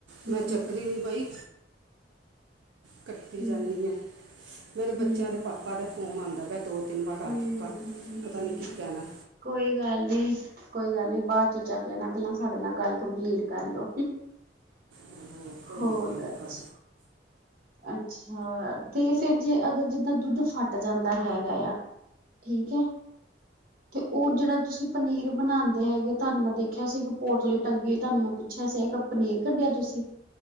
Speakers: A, on the right; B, on the right.
A: ਹੂੰ
B: ਮੈਂ ਚੱਕਦੀ ਨਹੀਂ ਪਈ। ਕੱਟੀ
A: ਹੂੰ
B: ਜਾਣੀ ਹਾਂ ਮੇਰੇ
A: ਹੂੰ
B: ਬੱਚਿਆਂ ਦੇ ਪਾਪਾ ਦਾ ਫੋਨ ਆਉਂਦਾ ਪਿਆ ਦੋ ਤਿੰਨ ਵਾਰ ਆ
A: ਹੂੰ ਹੂੰ
B: ਚੁੱਕਾ,
A: ਹੂੰ
B: ਪਤਾ ਨੀ ਕੀ ਕਹਿਣਾ?
A: ਕੋਈ ਗੱਲ ਨੀ ਕੋਈ ਗੱਲ ਨੀ ਬਾਅਦ ਚ ਚੱਕ ਲੈਣਾ, ਪਹਿਲਾਂ ਸਾਡੇ ਨਾਲ ਗੱਲ ਕੰਪਲੀਟ ਕਰ ਲੋ।
B: ਉਹ ਕੋਈ
A: ਹੋਰ
B: ਨਹੀਂ ਕੋਈ ਨਹੀਂ
A: ਜੀ।
B: ਕਰ
A: ਅੱਛਾ, ਤੇ ਫਿਰ ਜੇ ਅਗਰ ਜਿੱਦਾਂ ਦੁੱਧ ਫਟ ਜਾਂਦਾ ਹੈਗਾ ਆ। ਠੀਕ ਹੈ। ਤੇ ਉਹ ਜਿਹੜਾ ਤੁਸੀਂ ਪਨੀਰ ਬਣਾਉਂਦੇ ਹੈਗੇ, ਤੁਹਾਨੂੰ ਮੈਂ ਦੇਖਿਆ ਸੀ, ਇੱਕ ਪੋਟਲੀ ਟੰਗੀ ਹੋਈ ਤੁਹਾਨੂੰ ਮੈਂ ਪੁੱਛਿਆ ਸੀ ਪਨੀਰ ਕੱਢਿਆ ਤੁਸੀਂ,